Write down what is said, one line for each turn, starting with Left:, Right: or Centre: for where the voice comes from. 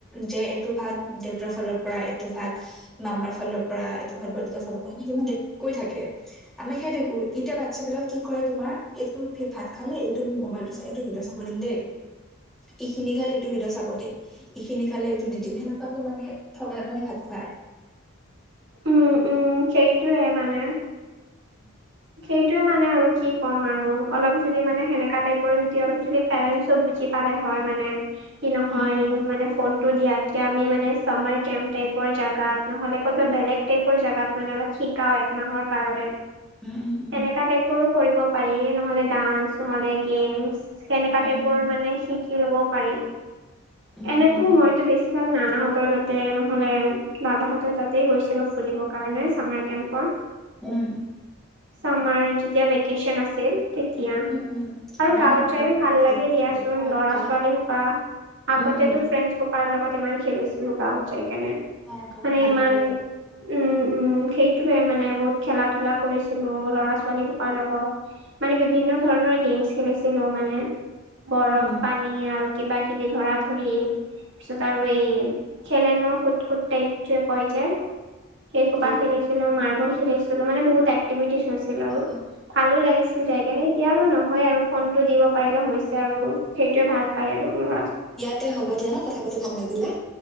Centre: যে এইটো ভাত দেউতাৰ ফালৰ পৰা এইটো ভাত মামাৰ ফালৰ পৰা এইটো ভাল বৰদেউতাৰ ফালৰ পৰা, সেনেকে মানে কৈ থাকে। আমি খাই থাকো এতিয়া বাচ্ছাবিলাক কি কৰে, তোমাৰ তোৰ ভাত খালি এইটো মবাইলটো চাই এইটো মোবাইলটো চাব দিম দেই। এইখিনি খালি এইটো ভিডিঅ' চাব দিম। এইখিনি খালে এইটো দি দিম, সেনেকুৱাকে মানে থগাই পেলাই ভাত খুৱাই।
Right: উম-উম সেইটোৱে মানে।
Centre: <inaudible>
Right: সেইটোৱে মানে আৰু কি ক'ম, আৰু অলপ যদি মানে সেনেকা টাইপৰ যদি অলপ যদি পেৰেন্টচও বুজি পালে হয় মানে কি নহয়
Centre: উম
Right: মানে ফোনটো দিয়াতকে আমি মানে চামাৰ কেম্প টাইপৰ জেগাত নহ'লে ক'ৰবাত বেলেগ গোটেইবোৰ জাগাত মানে অলপ শিকাও একমাহৰ কাৰণে।
Centre: উম উম
Right: সেনেকা টাইপৰো কৰিব পাৰি নহ'লে ডান্স নহলে গেমচ। সেনেকা
Centre: উম
Right: টাইপৰ মানে শিকি ল'ব পাৰি
Centre: উম
Right: এনেতো
Centre: উম উম
Right: মইতো বেছি কিবা নানাহঁতৰ তাতে নহ'লে দাদাহঁতৰ তাতেই গৈছিলো ফুৰিবৰ কাৰণে চামাৰ কেম্পৰ।
Centre: উম,
Right: চামাৰ যেতিয়া ভেকেশ্যন আছিল। তেতিয়া
Centre: উম
Right: আৰু
Centre: উম উম আমিও
Right: গাঁৱত
Centre: এনেকে
Right: যায়ও ভাল
Centre: কৰিছিলোঁ
Right: লাগে
Centre: আগতে
Right: দিয়াচোন
Centre: বাৰু। অ
Right: ল'ৰা-ছোৱালী
Centre: তাত
Right: সোপা আগতেতো
Centre: উম উম
Right: ফ্ৰেণ্ড‌ সোপাৰ লগত ইমান খেলিছিলো গাঁৱত যায়‌ কেনে,
Centre: অ গাঁৱত
Right: মানে
Centre: ভাল
Right: ইমান
Centre: লাগে বাৰু
Right: উম-উম সেইটোৱে মানে বহুত খেলা ধূলা কৰি খেলো ল'ৰা-ছোৱালী হোপাৰ লগত, মানে বিভিন্ন ধৰণৰ গেমছ খেলিছিলো মানে। বৰফ
Centre: অ উম
Right: পানী আৰু কিবা কিবি ধৰা ধৰি পিছত আৰু এই খেলে ন কুট-কুট টাইপটোৱে কয় যে
Centre: উম উম
Right: সেই
Centre: বাকী
Right: হোপা খেলিছো। খেলিছিলো মাৰ্বল খেলিছিলো মানে বহুত এক্টিভিটিছ হৈছিল আৰু
Centre: অ অ
Right: ভালো লাগিছিল। যাই কেনে এতিয়া আৰু নহয় আৰু ফোনটো দিব পাৰিলে হৈছে আৰু সেইটোৱে ভাল পায় আৰু ল'ৰা ছোৱালী।
Centre: এতিয়া হ'ব দিয়া হা কথা পাতি ভাল লাগিলে।